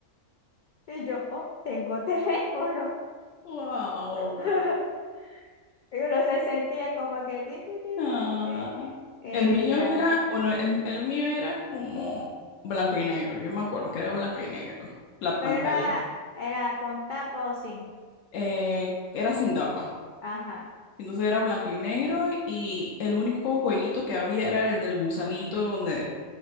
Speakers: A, on the left; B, on the left.
A: Y yo, oh, tengo teléfono.
B: <laughs> wow.
A: <laughs> Y uno se sentía como que... ti, ti, ti,
B: Ah,
A: le, le,
B: el mío
A: eh, ya.
B: era, bueno, el, el mío era como blanco y negro. Yo me acuerdo que era blanco y negro, la pantalla.
A: Pero era, era con tapa o sin.
B: Eh, era sin tapa.
A: Ajá,
B: Entonces era blanco y negro y el único jueguito que había era el del gusanito donde